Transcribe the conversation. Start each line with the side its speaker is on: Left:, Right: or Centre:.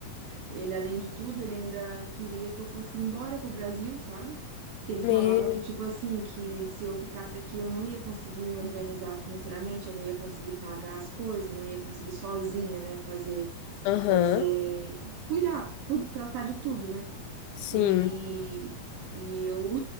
Right: Ele, além de tudo, ele ainda queria que eu fosse embora pro Brasil, sabe? Que ele falava
Left: Meu.
Right: que, tipo assim, que se eu ficasse aqui, eu não ia conseguir me organizar financeiramente, eu não ia conseguir pagar as coisas, não ia conseguir sozinha, né? Fazer,
Left: Aham.
Right: fazer, cuidar, cu- tratar de tudo, né?
Left: Sim.
Right: E, e eu